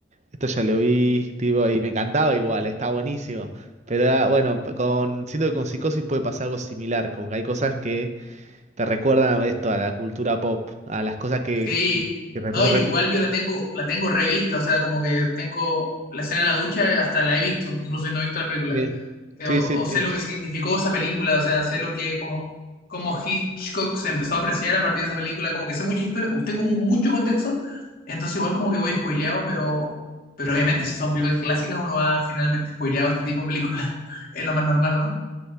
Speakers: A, on the right; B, on the left.
A: esto ya lo vi, tipo, y me encantaba igual, estaba buenísimo. Pero era- bueno, con, siento que con Psicosis puede pasar algo similar, como que hay cosas que te recuerdan a esto, a la cultura pop, a las cosas que,
B: Sí,
A: que, que rep-
B: no, yo,
A: rep-
B: igual yo la tengo, la tengo revista, o sea, como que tengo la escena de la ducha, hasta la he visto, incluso no he visto la película,
A: Sí,
B: Eh,
A: sí,
B: o,
A: sí.
B: o
A: Sí,
B: sé lo que significó esa película, o sea, sé lo que, como, como Hitchcock se empezó a apreciar a partir de esa película, como que sé mucha historia, tengo mu- mucho contexto, entonces igual como que voy spoileado, pero, pero obviamente si son películas clásicas uno va generalmente spoileado a este tipo de películas, <laughs> es lo más normal, ¿o ¿no?